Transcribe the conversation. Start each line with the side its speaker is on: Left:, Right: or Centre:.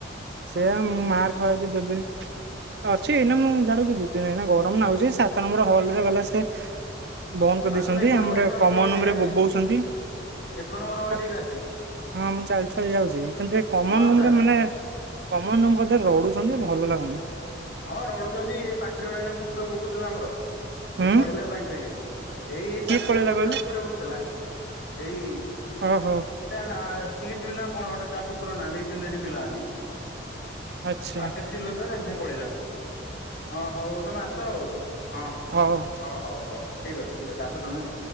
Right: ସେଇଆ ମାର୍କ ଫାର୍କ ଦେବିନି ଅଛି ଏଇନା ମୁଁ ସିଆଡକୁ ଯିବିନି ଏଇନା ଗ ଗରମ ଲାଗୁଚି ସାତ ନମ୍ବର ହଲରେ ଗଲା ସେ ବନ୍ଦ କରିଦେଇଛନ୍ତି
Left: ଆସୁନୁ ଏକ
Right: ଆମର
Left: ନମ୍ବର ଏକ ନମ୍ବର
Right: କମନ
Left: ହଲ୍
Right: ରୁମରେ
Left: ଟିକେ ଆସେ
Right: ବୋବଉଚନ୍ତି।
Left: ଏକ ନମ୍ବର ହଲ୍
Right: କ
Left: ଟିକେ ଆସେ
Right: ହଁ ମୁଁ ଚାଲି ଚାଲି ଯାଉଚି କିନ୍ତୁ ଏ କମନ
Left: ହଁ ଆସେ
Right: ରୁମରେ
Left: ଆସେ।
Right: ମାନେ କମନ ରୁମ କଥା ଲଢୁଛନ୍ତି ଭଲ ଲାଗୁନି।
Left: ହଁ ରଢୁଛନ୍ତି ଏ ପାଖିରେ ଏଇନା କୁକୁର ଭୁକୁଥିଲା ଆମର
Right: ହୁଁ
Left: ଏ ପଳେଇଲା ସାଙ୍ଗେ ସାଙ୍ଗେ। ଏଇ
Right: କିଏ
Left: ପାଖରେ
Right: ପଳେଇଲା
Left: ମୋର
Right: କହିଲୁ
Left: ଗୋଟେ କୁକୁର ଭୋକୁଥିଲା। ଏଇ
Right: ଓହୋ
Left: ତା ନାଁ ସିଦ୍ଧ ନା କଣ ଗୋଟେ ତା କୁକୁର ନା ଦେଇଚନ୍ତି ଏଠି ପିଲାମାନେ।
Right: ଆଚ୍ଛା
Left: ସେ ପାଖରେ ଚିହ୍ନିଲା ଯାହା ତାଙ୍କ ସାଙ୍ଗେ ପଳେଇଲା। ହଁ ହଉ ତମେ ଆସ ଆଉ ହଁ ହଁ
Right: ହଉ
Left: ହ ହଉ ହଉ ଠିକ୍ ଅଛି ଠିକ୍ ଅଛି ଆସ ତମେ ଆଉ।